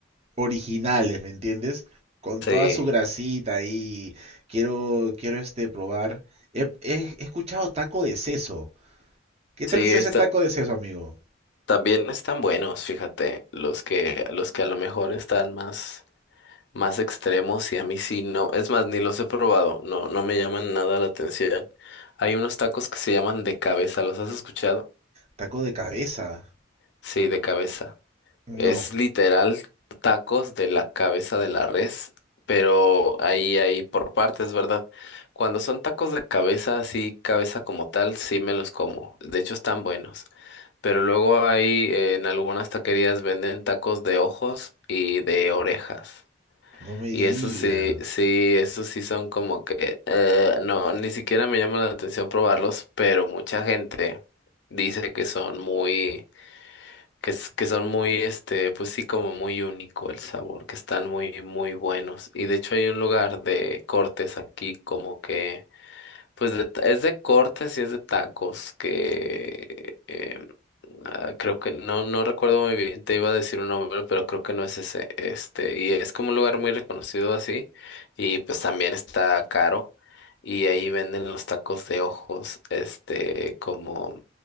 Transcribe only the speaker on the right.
originales, ¿me entiendes? Con
toda su grasita y quiero, quiero este, probar. He, he- he escuchado taco de seso. ¿Qué tal
es ese
taco de seso, amigo?
Taco de cabeza.
No.
No me
digas.